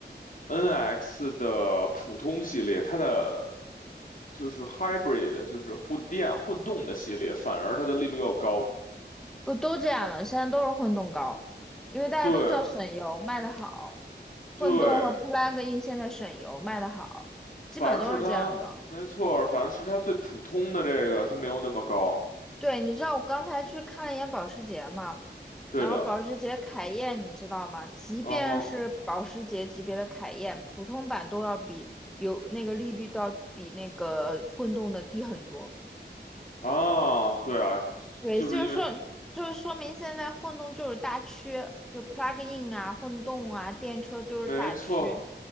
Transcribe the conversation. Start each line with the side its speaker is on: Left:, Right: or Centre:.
Left: ，NX 的普通系列，它的就是 hybrid，就是混电混动的系列，反而它的利率要高。
Centre: 不都这样的，现在都是混动高，因为大家都知道省油卖得好，
Left: 对对，
Centre: 混动和 plug-in 现在省油卖得好。基本都是这样的。
Left: 反而是它，没错儿反而是它最普通的这个，它没有那么高。
Centre: 对，你知道我刚才去看了一眼保时捷嘛，
Left: 对的，
Centre: 然后保时捷凯宴你知道吗？即便是保时捷级别的凯宴，
Left: 嗯哼，
Centre: 普通版都要比有那个利率都要比那个混动的低很多。
Left: 啊，对啊，
Centre: 对，
Left: 就是因为
Centre: 就是说，就是说明现在混动就是大趋，就 plug in 啊、混动啊、电车就是大趋，
Left: 没错，